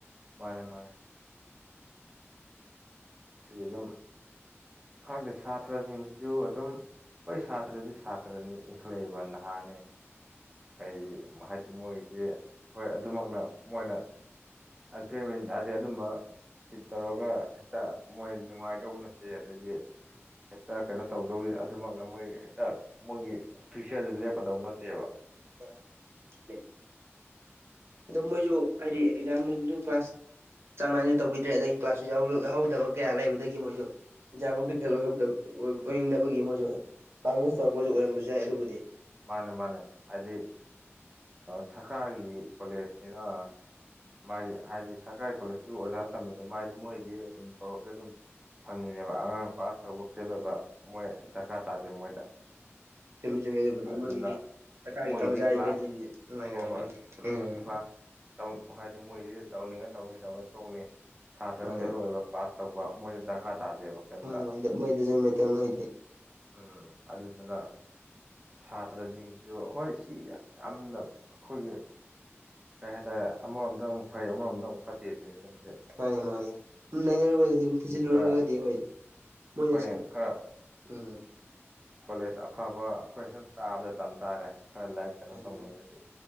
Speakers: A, on the right; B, on the right.
A: ꯃꯥꯅꯦ ꯃꯥꯅꯦ ꯁꯤ ꯑꯗꯨꯝ ꯈꯪꯗꯦ ꯁꯥꯇ꯭ꯔꯁꯤꯡꯁꯨ ꯑꯗꯨꯝ ꯍꯣꯏ ꯁꯥꯇ꯭ꯔꯗꯤ ꯁꯥꯇ꯭ꯔꯅꯤ ꯏꯟꯈꯠꯂꯛꯏꯕ ꯅꯍꯥꯅꯦ ꯀꯩ ꯁꯨꯝ ꯍꯥꯏꯗꯤ ꯃꯣꯏꯒꯤ ꯍꯣꯏ ꯑꯗꯨꯃꯛꯅ ꯃꯣꯏꯅ ꯑꯟꯐꯤꯔꯃꯦꯟ ꯇꯥꯗꯗꯤ ꯑꯗꯨꯝꯕ ꯆꯤꯠ ꯇꯧꯔꯒ ꯇ ꯃꯣꯏ ꯅꯨꯡꯉꯥꯏꯗꯧꯕ ꯅꯠꯇꯦ ꯑꯗꯒꯤ ꯍꯦꯛꯇ ꯀꯩꯅꯣ ꯇꯧꯗꯧꯔꯤ ꯑꯗꯨꯃꯛꯅ ꯃꯣꯏ ꯍꯦꯛꯇ ꯃꯣꯏꯒꯤ ꯐꯤꯌꯨꯆꯔꯗꯨ ꯂꯦꯞꯀꯗꯧ ꯅꯠꯇꯦꯕ
B: ꯃꯥꯅꯤ ꯃꯥꯅꯦ ꯑꯣ ꯃꯣꯏꯁꯨ ꯍꯥꯏꯗꯤ ꯑꯦꯛꯖꯥꯝ ꯀ꯭ꯂꯥꯁ ꯆꯥꯡ ꯅꯥꯏꯅꯁꯨ ꯇꯧꯕꯤꯗ꯭ꯔꯦ ꯑꯗꯒꯤ ꯀ꯭ꯂꯥꯁꯁꯨ ꯌꯥꯎꯍꯧꯗꯕ ꯀꯌꯥ ꯂꯩꯕꯗꯒꯤ ꯃꯣꯏꯁꯨ ꯑꯦꯛꯖꯥꯝꯃꯛꯇꯤ ꯐꯦꯜ ꯑꯣꯏꯍꯧꯗꯕ ꯑꯣꯏꯅꯤꯡꯗꯕꯒꯤ ꯃꯣꯏꯁꯨ ꯥꯏ ꯃꯤꯟꯁ ꯇꯧꯔꯛꯄꯁꯨ ꯑꯣꯏꯔꯝꯕꯁꯨ ꯌꯥꯏ ꯑꯗꯨꯕꯨꯗꯤ
A: ꯃꯥꯅꯦ ꯃꯥꯅꯦ ꯍꯥꯏꯗꯤ ꯁꯔꯀꯥꯔꯒꯤ ꯀꯣꯂꯦꯖꯅꯤꯅ ꯃꯥꯒꯤ ꯍꯥꯏꯗꯤ ꯁꯔꯀꯥꯔꯒꯤ ꯀꯣꯂꯦꯖꯇꯗꯤ ꯑꯣꯖꯥ ꯇꯝꯃꯤꯗꯣ ꯃꯥꯗꯤ ꯃꯣꯏꯗꯤ ꯑꯗꯨꯝ ꯇꯣꯂꯣꯞꯁꯦ ꯑꯗꯨꯝ ꯐꯪꯉꯤꯅꯦꯕ ꯑꯉꯥꯡ ꯄꯥꯁ ꯇꯧꯕ ꯐꯦꯜ ꯑꯣꯏꯕ ꯃꯣꯏ ꯗꯔꯀꯥꯔ ꯇꯥꯗꯦ ꯃꯣꯏꯗ
B: ꯆꯨꯝꯃꯦ ꯆꯨꯝꯃꯦ ꯑꯗꯨꯕꯨꯗꯤ
A: ꯑꯗꯨꯅ
B: ꯃꯣꯏꯒꯤꯗꯤ ꯁꯔꯀꯥꯔꯒꯤ
A: ꯃꯣꯏꯒꯤꯗꯤ
B: ꯀꯔꯃꯆꯥꯔꯤꯈꯩꯁꯤꯗꯤ
A: ꯀ꯭ꯂꯥꯁ
B: ꯅꯨꯡꯉꯥꯏꯅꯔꯕꯅꯤ
A: ꯍꯣꯏ ꯍꯣꯏ
B: ꯎꯝ
A: ꯀ꯭ꯂꯥꯁ ꯍꯥꯏꯗꯤ ꯃꯣꯏꯁꯤ ꯇꯧꯅꯤꯡꯉ ꯇꯧꯅꯤꯡꯉ ꯇꯧꯅꯤ ꯇꯣꯡꯅꯤꯡ ꯁꯥꯇ꯭ꯔ
B: ꯃꯥꯅꯦ
A: ꯐꯦꯜ ꯑꯣꯏꯕ ꯄꯥꯁ ꯇꯧꯕ ꯃꯣꯏꯗ ꯗꯔꯀꯥꯔ ꯇꯥꯗꯦꯕ ꯀꯩꯝꯇ
B: ꯍꯣꯏ ꯃꯣꯏꯗꯖꯟ ꯃꯇꯣꯏꯗꯤꯦ
A: ꯎꯝ ꯑꯗꯨꯗꯨꯅ ꯁꯥꯇ꯭ꯔꯁꯤꯡꯁꯨ ꯍꯣꯏ ꯁꯤ ꯌꯥꯝꯅ ꯑꯩꯈꯣꯏꯒꯤ ꯀꯩ ꯍꯥꯏꯇꯥꯔꯦ ꯑꯃꯔꯣꯝꯗ ꯑꯃꯨꯛ ꯐꯩ ꯑꯃꯔꯣꯝꯗ ꯑꯃꯨꯛ ꯐꯠꯇꯦ ꯑꯗꯨꯅꯤꯠꯇꯕꯁꯦ
B: ꯃꯥꯅꯤ ꯃꯥꯅꯤ ꯁꯨꯝ ꯅꯩꯅꯔꯨꯔꯒꯗꯤ ꯑꯗꯨꯝ ꯊꯤꯖꯤꯜꯂꯨꯔꯒꯒꯗꯤ
A: ꯈꯔ
B: ꯍꯣꯏ
A: ꯑꯩꯈꯣꯏꯅ
B: ꯃꯣꯏꯅ
A: ꯈꯔ
B: ꯎꯝ
A: ꯀꯣꯂꯦꯖ ꯑꯐꯕ ꯑꯩꯈꯣꯏꯅ ꯁꯨꯝ ꯇꯥꯕꯗ ꯇꯝ ꯇꯥꯔꯦ ꯈꯔ ꯂꯥꯏꯔꯤꯛ ꯀꯩꯅꯣ
B: ꯃꯥꯅꯤ
A: ꯇꯧꯅꯤꯡꯒꯗꯤ
B: ꯃꯥꯅꯤ